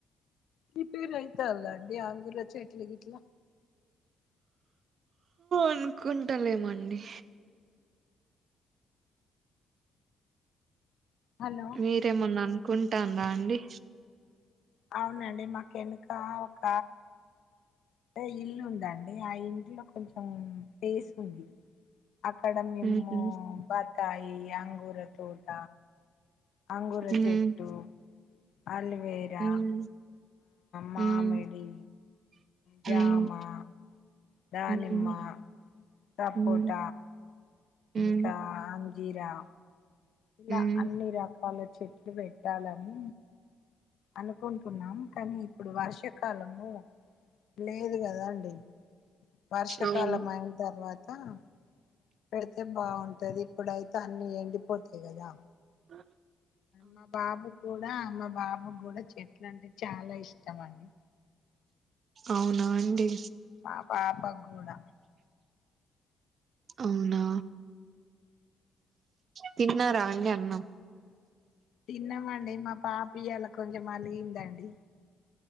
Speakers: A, on the left (about 70°); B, on the right (about 55°).
A: ప్రీపేరు అయితలా అండి ఆంగుర చెట్లు గీట్లా
B: అనుకుంటాలేమండి
A: హలో
B: మీరేమన్నా ఆను కుంటా రా అండి
A: అవునండి మా వెనుక ఒక అంటే ఇల్లు ఉంది అండి ఆ ఇంట్లో కొంచెం ప్లేస్ ఉంది అక్కడ మేము
B: హుహు.
A: బ కాయి అంగుర తోట అంగుర
B: హ్మ్.
A: చెట్టు అల్వేరా
B: హ్మ్.
A: మామిడి
B: హ్మ్.
A: జమా
B: హ్మ్.
A: దానిమ్మ
B: హ్మ్.
A: సపోట
B: హ్మ్. హ్మ్.
A: ఇకా అంజీరా ఇలా
B: హ్మ్.
A: అన్నీ రా వాళ్ళ చెట్లు పెట్టాలని అనుకుంటున్నాము కానీ ఇప్పుడు వర్షాకాలము లేదు కదా అండి వర్షాకాలం
B: అవును.
A: అయిన తర్వాత త పెడితే బాగుంటది ఇప్పుడయితే అన్ని ఎండిపోతాయి కదా
B: అ
A: మా బాబు కూడా మా బాబు కూడా చెట్లు అంటే చాలా ఇష్టం అండి
B: అవునా అండి
A: మా పాపకు కూడా
B: అవునా తిన్నారా అండి అన్నం
A: తిన్నామండి మా పాపియాలా కొంచెం అలిగిందండి